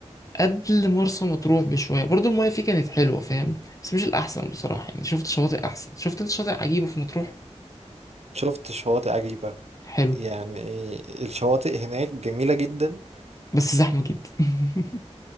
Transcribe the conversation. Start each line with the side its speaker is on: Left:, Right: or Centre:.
Left: قبل مرسى مطروح بشويه برضو المايه فيه كانت حلوه فاهم بس مش الاحسن بصراحه يعني شفت شواطئ احسن شفت انت شاطئ عجيبه في مطروح
Right: شفت شواطئ عجيبة
Left: حلو
Right: يعني الشواطئ هناك جميلة جدا
Left: بس زحمه جدا <laughs>